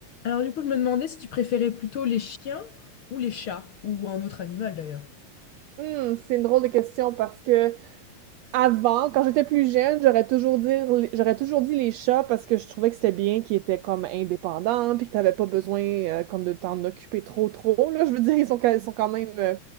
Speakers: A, on the left; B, on the right.
A: Alors du coup, je me demandais si tu préférais plutôt les chiens ou les chats, ou un autre animal d'ailleurs.
B: Hmm, c'est une drôle de question parce que avant, quand j'étais plus jeune, j'aurais toujours dit, j'aurais toujours dit les chats parce que je trouvais que c'était bien qu'ils étaient comme indépendants puis que t'avais pas besoin euh, comme de t'en occuper trop trop là. Je veux dire, ils sont, quand- ils sont quand même euh,